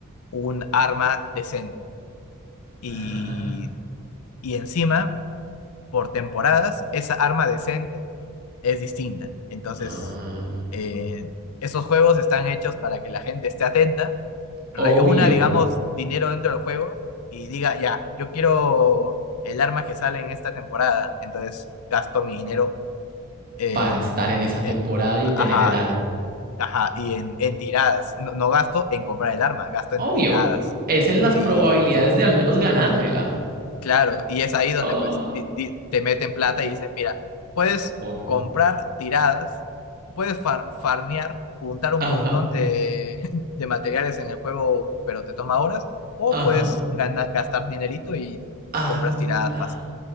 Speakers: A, on the left; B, on the right.
A: un arma decente y
B: Ah,
A: y encima, por temporadas, esa arma decente es distinta. Entonces,
B: ah,
A: eh, esos juegos están hechos para que la gente esté atenta, reúna,
B: Obvio.
A: digamos, dinero dentro del juego y diga, ya, yo quiero el arma que sale en esta temporada, entonces gasto mi dinero en...
B: para estar en esa temporada
A: eh,
B: y
A: Ajá,
B: tener el arma.
A: ajá, y en, en tiradas. No, no gasto en comprar el arma, gasto en
B: Obvio,
A: tiradas.
B: es en las
A: Y
B: probabilidades de al menos ganármela.
A: Claro, y es ahí donde
B: Ah,
A: pues di- di- te meten plata y dicen, mira, puedes
B: por-
A: comprar tiradas, puedes far- farmear, juntar un
B: Ajá,
A: montón de, <laughs> de materiales en el juego, pero te toma horas, o
B: ajá,
A: puedes gana- gastar dinerito y
B: anda.
A: compras tiradas fácil.